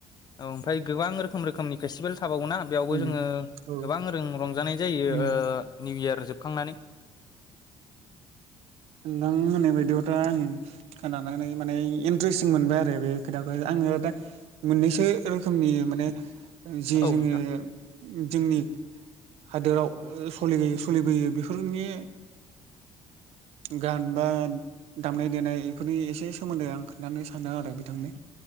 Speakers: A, on the left (about 40°); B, on the right (about 75°).
A: औ ओमफ्राय गोबां रोखोम म रोखोमनि फेटिभेल थाबावोना बेयावबो
B: उम
A: जोङो
B: औ
A: गोबां जों रंजानाय जायो
B: उम
A: निउ इयार जोबखांनानै
B: नों होननाय बायदिबा दा आं खोनानै मानि इनटारेस्ट मोनबाय आरो बे खोथाखौ, आङो दा मोननैसो रोखोमनि माने जि
A: औ
B: जोङो
A: नोंथां
B: जोंनि हादोराव सलि सोलिबोयो बेफोरनि
A: <inaudible>
B: गान बा दामनाय-देनाय बेफोरनि एसे सोमोन्दै आं खिथानो सानो आरो बिथांनो।